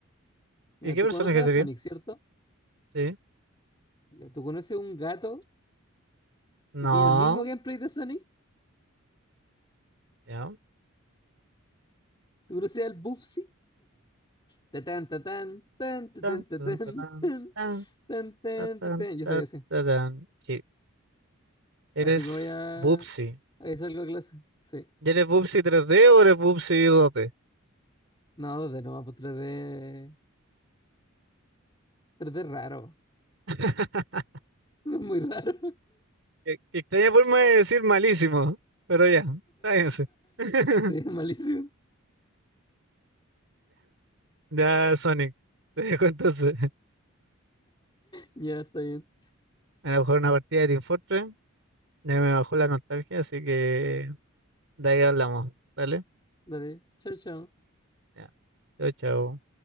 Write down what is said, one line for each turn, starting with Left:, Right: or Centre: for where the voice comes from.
Left: Mira,
Right: ¿Y qué
Left: tú
Right: personaje
Left: conoces a
Right: sería?
Left: Sonic, ¿cierto?
Right: Sí.
Left: Ya, tú conoces un gato
Right: No,
Left: que tiene el mismo gameplay de Sonic.
Right: ya.
Left: Tú conoces al Bubsy. Tatán, tatán, tan, tatán,
Right: Tan,
Left: tatán,
Right: tan, tan
Left: tan,
Right: tan, tan,
Left: tan, tan,
Right: ta, tan,
Left: tatán. Yo
Right: ta,
Left: soy ese.
Right: ta, tan. Sí, eres
Left: Así me voy a.
Right: Bubsy.
Left: Ahí salgo a clase. Sí.
Right: ¿Y eres Bubsy tres d o eres Bubsy dos d
Left: No, 2D no, pues 3D. 3D raro.
Right: <laughs>
Left: <laughs> Muy raro.
Right: Qué, qué extraña forma de decir malísimo, pero ya, táguense. <laughs>
Left: Sí, malísimo.
Right: Ya, Sonic, te dejo entonces.
Left: Ya, está bien.
Right: Me la bajó una partida de Team Fortress, ya me bajó la nostalgia, así que de ahí hablamos, ¿vale?
Left: Dale. Chao, chao.
Right: Ya. Chao, chao.